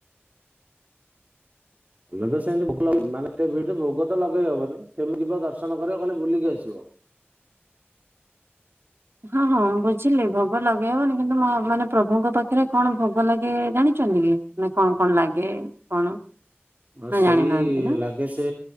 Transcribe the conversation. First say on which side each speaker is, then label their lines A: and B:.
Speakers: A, on the right; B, on the right.
A: ଆମେ ତ ସେମିତି ମାନେ ସେ ଭୋଗ ତ ଲଗେଇ ହବନି ସେମିତି ଯିବ ଦର୍ଶନ କରିବ କହିଲେ ବୁଲିକି ଆସିବ।
B: ହଁ ହଁ ବୁଝିଲି ଭୋଗ ଲଗେଇହବନି। କିନ୍ତୁ ମା-ମାନେ ପ୍ରଭୁଙ୍କ ପାଖରେ କଣ ଭୋଗ ଲାଗେ ଜାଣିଚନ୍ତି କି? ନେ କଣ କଣ ଲାଗେ କଣ?
A: ଆଉ
B: ନା
A: ସେଇ
B: ଜାଣିନାହାନ୍ତି ନା
A: ଲାଗେ ସେ